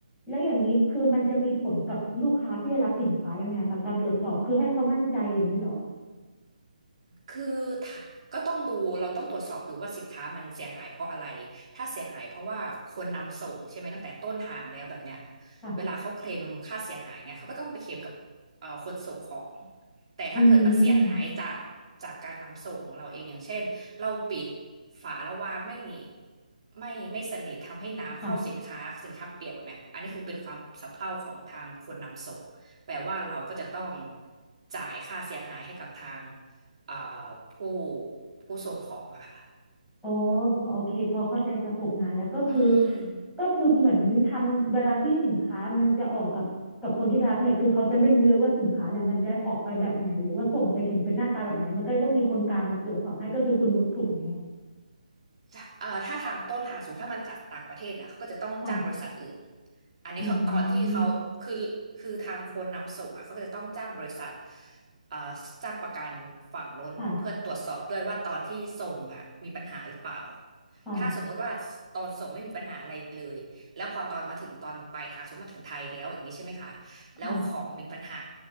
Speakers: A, in the centre; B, on the right.
A: แล้วอย่างนี้คือมันจะมีผลกับลูกค้าที่ได้รับสินค้ายังไงคะการตรวจสอบคือให้เขามั่นใจอย่างนี้เหรอ
B: คือถ้าก็ต้องดูเราต้องตรวจสอบดูว่าสินค้ามันเสียหายเพราะอะไรถ้าเสียหายเพราะว่าคนนำส่งใช่ไหมตั้งแต่ต้นทางแล้วแบบเนี้ย
A: ค่ะ
B: เวลาเขาเคลมค่าเสียหายเนี่ยเขาก็ต้องไปเคลมกับเอ่อคนส่งของแต่ถ้าเกิดมันเสียหายจากจากการนำส่งของเราเองอย่างเช่นเราปิด
A: อืม
B: ฝาระวางไม่ไม่ไม่สนิททำให้น้ำเข้าสินค้าสินค้าเปียกแบบเนี้ยอันนี้คือเป็นความสะเพร่าของทางคนนำส่งแปลว่าเราก็จะต้อง
A: ค่ะ
B: จ่ายค่าเสียหายให้กับทาง อ่าผู้ผู้ส่งของอะค่ะ
A: อ๋อพอโอเคพอเข้าใจสโคปงานแล้วก็คือ
B: อืม
A: ก็คือเหมือนทำเวลาที่สินค้ามันจะออกกับกับคนที่รับเนี่ยคือเขาจะไม่รู้เลยว่าสินค้าเนี่ยมันจะออกไปแบบไหนหรือว่าส่งไปถึงเป็นหน้าตาแบบไหนมันก็เลยต้องมีคนกลางมาตรวจสอบให้ก็คือคุณนุชถูกไหม
B: ถ้าเอ่อถ้าทางต้นทางสูงถ้ามันจากต่างประเทศนะเขาก็จะต้องจ้างบริษัทอื่น
A: ค่ะ
B: อันนี้เขาตอนที่เขาคือคือทางคนนำส่งอ่ะเขาก็จะต้องจ้างบริษัท
A: อืม
B: เอ่อจ้างประกันฝั่งโน้นเพื่อตรวจสอบด้วยว่าตอนที่ส่งอ่ะมีปัญหาหรือเปล่า
A: ค่ะค่ะ
B: ถ้าสมมุติว่าตอนส่งไม่มีปัญหาอะไรเลยแล้วพอตอนมาถึงตอนปลายทางสมมติมาถึงไทยแล้วอย่างนี้ใช่ไหมคะแล้วของมีปัญหา
A: ค่ะ